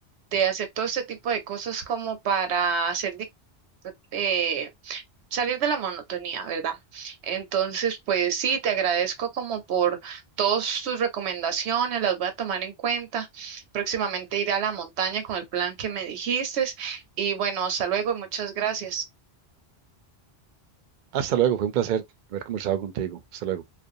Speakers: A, on the right; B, on the right.
A: de hacer todo este tipo de cosas como para hacer... di- eh, salir de la monotonía, ¿verdad? Entonces, pues sí, te agradezco como por todas tus recomendaciones, las voy a tomar en cuenta. Próximamente iré a la montaña con el plan que me dijiste y bueno, hasta luego y muchas gracias.
B: Hasta luego, fue un placer haber conversado contigo. Hasta luego.